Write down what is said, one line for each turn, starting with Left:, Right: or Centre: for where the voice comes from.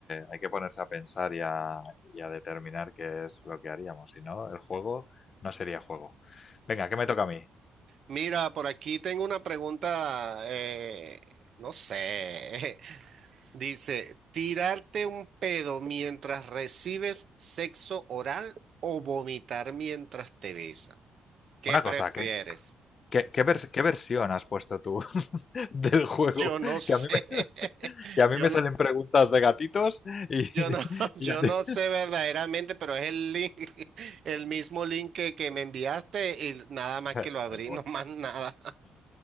Left: hay que ponerse a pensar y a, y a determinar qué es lo que haríamos. Si no, el juego no sería juego. Venga, ¿qué me toca a mí?
Right: Mira, por aquí tengo una pregunta, eh, no sé, <laughs> Dice, tirarte un pedo mientras recibes sexo oral o vomitar mientras te besan. ¿Qué
Left: Una
Right: prefieres?
Left: cosa, ¿qué, qué, qué vers- qué versión has puesto tú <laughs> del juego?
Right: Yo no sé.
Left: Que a mí me,
Right: <laughs>
Left: que a mí
Right: Yo
Left: me
Right: no,
Left: salen preguntas de gatitos y,
Right: yo no,
Left: <laughs>
Right: <laughs> yo
Left: y ya te-
Right: no sé verdaderamente, pero es el link, <laughs> el mismo link que, que me enviaste y nada más
Left: <laughs>
Right: que lo abrí,
Left: Bueno, bueno.
Right: <laughs> no más nada.